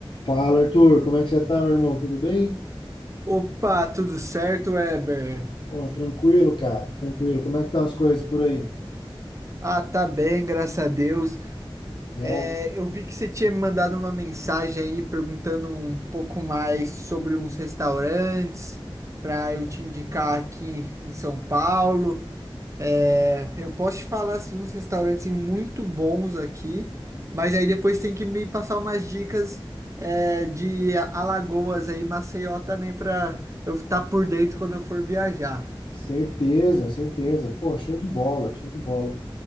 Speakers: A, on the left (about 65°); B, on the right (about 35°).
A: Fala, Arthur, como é que você tá, meu irmão? Tudo bem?
B: Opa, tudo certo, Weber?
A: Ó, tranquilo, cara, tranquilo. Como é que estão as coisas por aí?
B: Ah, tá bem, graças a Deus.
A: É,
B: É, eu vi que você tinha me mandado uma mensagem aí perguntando um pouco mais sobre uns restaurantes para eu te indicar aqui em São Paulo. É, eu posso te falar assim, uns restaurantes muito bons aqui, mas aí depois tem que me passar umas dicas é, de Alagoas aí, Maceió também para eu estar por dentro quando eu for viajar.
A: certeza, certeza. Pô, show de bola, show de bola.